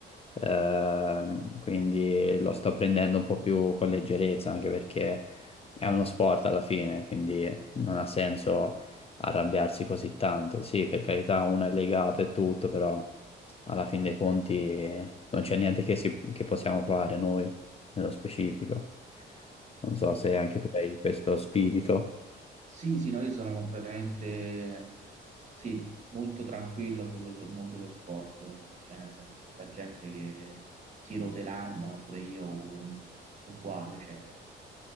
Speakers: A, on the left (about 30°); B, on the right (about 35°).
A: Ehm, quindi lo sto prendendo un po' più con leggerezza, anche perché è uno sport alla fine, quindi non ha senso arrabbiarsi così tanto. Sì, per carità, uno è legato e tutto, però alla fin dei conti eh, non c'è niente che, si- che possiamo fare noi nello specifico. Non so
B: No,
A: se anche tu hai questo spirito.
B: Sì, sì, no, io sono completamente, sì, molto tranquillo sullo- sul mondo dello sport, cioè nel senso c'è sta gente che si rode l'anima, pure io u- uguale, cioè